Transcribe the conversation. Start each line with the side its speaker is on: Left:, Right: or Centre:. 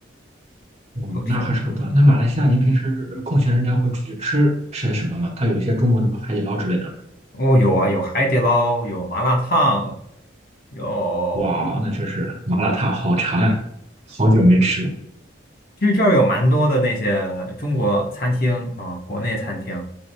Right: 嗯，
Left: 都挺
Right: 那还是很棒。那马来西亚，您平时呃空闲时间会出去吃吃些什么吗？它有一些中国的什么海底捞之类的。
Left: 哦，有啊，有海底捞，有麻辣烫，有
Right: 哇，那真是麻辣烫好馋啊，好久没吃了。
Left: 其实这儿有蛮多的那些中国餐厅啊，国内餐厅